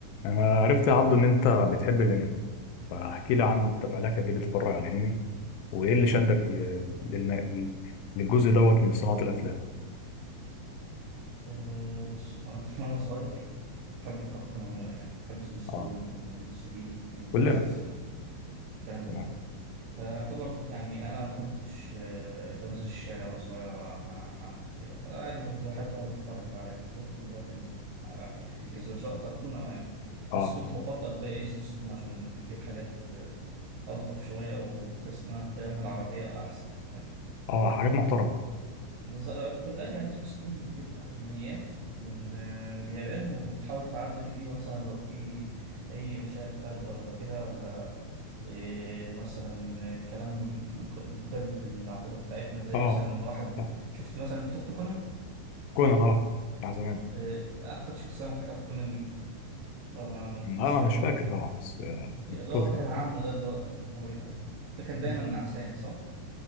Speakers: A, on the left; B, on the right.
A: انا عرفت يا عبدو ان انت بتحب الانمي فاحكي لي عنه انت بقالك قد ايه بتتفرج على الانمي وايه اللي شدك في- للن- للجزء دوت من صناعة الافلام
B: أه بص أنا <laughs> وأنا صغير بحب الكرتون عموما يعني بحب سبيستون
A: اه
B: وإم بي 3 إم بي
A: كلنا
B: سي 3 الكلام ده
A: تمام
B: كله فأعتبر يعني أنا ما كنتش أه، بنزل الشارع وأنا صغير أو ألعب مع حد وكده فعادي كنت بحب أقعد أتفرج بقى على يعني طفولتي كلها كانت قعدت في التلفزيون سواء كرتون أو أنمي
A: اه
B: بس كنت بفضل بقى إيه سبيستون عشان بتجيب حاجات أه، ألطف شوية وتحس إنها قيمها العربية أحسن
A: اه حاجات محترمة
B: بالظبط في الغالب يعني سبيستون بتجيب انميات من آه، من اليابان وبتحاول تعدل فيها مثلا لو في اي مشاهد خارجه ولا كده ولا إيه مثلا كلام مخ- مخل بالعقيده بتاعتنا زي
A: اه
B: مثلا واحد
A: آه.
B: شفت مثلا شفت كونان
A: كونان اه بتاع زمان
B: إيه، اكتر شخصيه مضحكه في كونان مين ولا أنا
A: لا
B: مش
A: انا
B: فاكر
A: مش فاكر طبعا بس آه، كان
B: اللي
A: مكتوب
B: هو
A: حلو
B: كان عمه ده اللي هو الجمهوري ده ده كان دايما
A: مم.
B: نعسان صح